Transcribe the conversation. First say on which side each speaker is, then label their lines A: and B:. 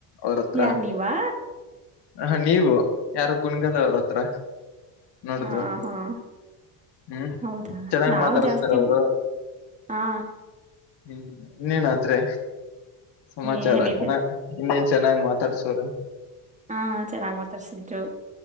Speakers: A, on the left; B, on the right.
A: ಅವ್ರ ಹತ್ರ
B: ಯಾರ್ ನೀವಾ
A: ಹ ನೀವು ಯಾರ ಕುನ್ಗಲ್ ಅವ್ರ ಹತ್ರ ನೋಡುದು
B: ಹ ಹಾ
A: ಹ್ಮ್
B: ಹೌದಾ
A: ಚೆನ್ನಾಗ್
B: ನಾವವು
A: ಮಾತಾಡಸ್ತಾರ
B: ಜಾಸ್ತಿ
A: ಅವರು
B: ಹಾ
A: ಹ್ಮ್ ಇನ್ನೇನಾ ಆದ್ರೆ ಸಮಾಚಾರ
B: ಏನಿದೆ
A: ಚನ್ನ ಇನ್ನೇನ್ ಚೆನ್ನಾಗ್ ಮಾತಾಡ್ಸವ್ರ
B: ಹಾ ಚೆನ್ನಾಗ್ ಮಾತಾಡ್ಸಿದ್ರು